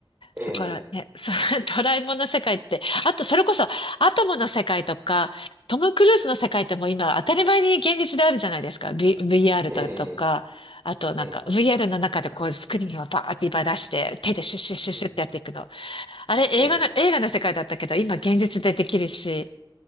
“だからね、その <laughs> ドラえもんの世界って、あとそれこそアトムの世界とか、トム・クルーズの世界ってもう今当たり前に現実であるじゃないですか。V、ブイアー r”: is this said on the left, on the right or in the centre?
Left